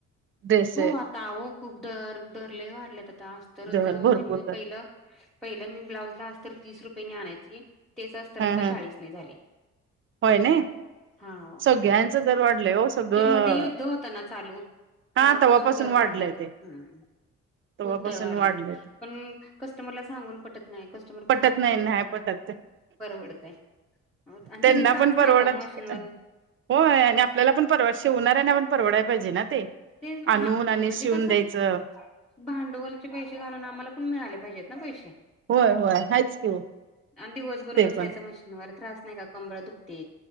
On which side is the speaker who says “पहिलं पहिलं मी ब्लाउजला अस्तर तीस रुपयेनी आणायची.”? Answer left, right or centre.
Centre